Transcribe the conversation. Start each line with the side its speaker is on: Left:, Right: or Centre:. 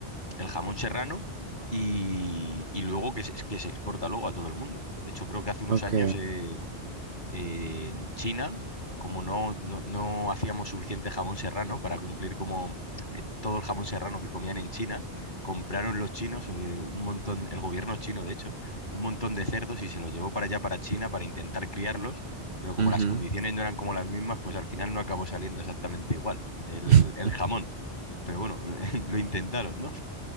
Left: el jamón serrano y, y luego que se, que se exporta luego a todo el mundo. De hecho, creo que hace unos
Right: Ok.
Left: años... eh, eh, en China, como no, no, no hacíamos suficiente jamón serrano para cumplir como eh, todo el jamón serrano que comían en China, compraron los chinos eh, un montón, el gobierno chino de hecho, un montón de cerdos y se los llevó para allá, para China, para intentar criarlos, pero como
Right: ujú.
Left: las condiciones no eran como las mismas, pues al final no acabó saliendo exactamente igual el,
Right: <laughs>
Left: el jamón. Pero bueno, <laughs> lo intentaron, ¿no?